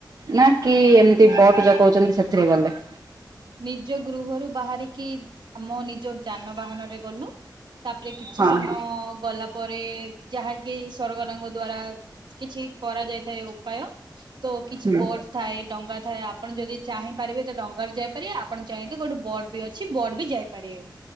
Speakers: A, on the right; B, on the right.
A: ନା କି ଏମିତି ବଟ ଯ କଉଛନ୍ତି ସେଥିରେ ଗଲେ?
B: ନିଜ ଗୃହରୁ ବାହାରିକି ଆମ ନିଜ ଯାନବାହାନ ରେ ଗଲୁ। ତାପରେ କିଛି
A: ହଁ
B: ସମୟ
A: ହଁ
B: ଗଲା ପରେ ଯାହାକି ସରକାରଙ୍କ ଦ୍ଵାରା କିଛି କରାଯାଇ ଥାଏ ଉପାୟ ତ କିଛି
A: ହୁଁ।
B: ବୋର୍ଡ ଥାଏ ଡଙ୍ଗା ଥାଏ ଆପଣ ଯଦି ଚାହିଁ ପାରିବେ ତ ଡଙ୍ଗାରେ ଯାଏ। ଆପଣ ଚାହିଁଲେ ଗୋଟେ ବଡ ବି ଅଛି ବୋଡ ବି ଯାଇପାରିବେ।